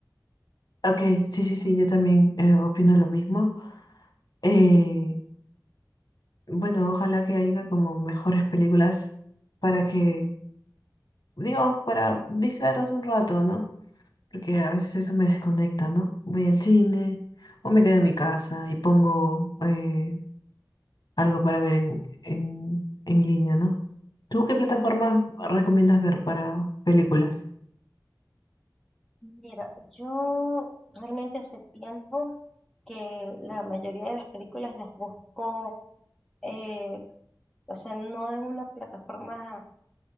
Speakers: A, on the left (about 65°); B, in the centre.
A: Ok, sí, sí, sí, yo también eh, opino lo mismo. Eh, bueno, ojalá que haya como mejores películas para que, digo, para distraernos un rato, ¿no? porque a veces eso me desconecta, ¿no? Voy al cine o me quedo en mi casa y pongo eh, algo para ver en, en, en línea, ¿no? ¿Tú qué plataforma recomiendas ver para películas?
B: Mira, yo realmente hace tiempo que la mayoría de las películas las busco, eh, o sea, no en una plataforma